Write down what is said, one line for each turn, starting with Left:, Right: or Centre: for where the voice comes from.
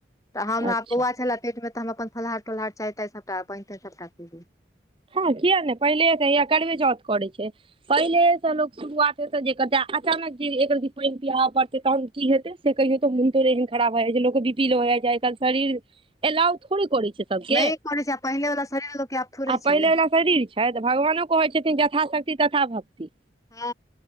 Left: तऽ हमरा
Right: अच्छा
Left: बौआ छल पेट मे तऽ हम अपन फलाहार तलहार चाय ताय सभटा पनि तनि सभटा पीै
Right: हँ किया नहि पहिले त अ करड़बे चौथ करै छै पहिले से लोकोग शुरुआत हेते जे क अचानक जे एकर पानि पिआबऽ पड़ते तहन क हेै से कहिय तो मोन तो एहन खराब भ जाइ छै लोकग बिपीलो हो जाइ छै आइ काल शरीर एलाऊ थोड़ी करै छै सबके
Left: नहि करय छै से पहिले बला शरीर लोक के थोड़े
Right: आ
Left: छै
Right: पहिलेवला शरीर छै तऽ भगवानो कहै छथिन यथाशक्ति तथा भक्ति
Left: हु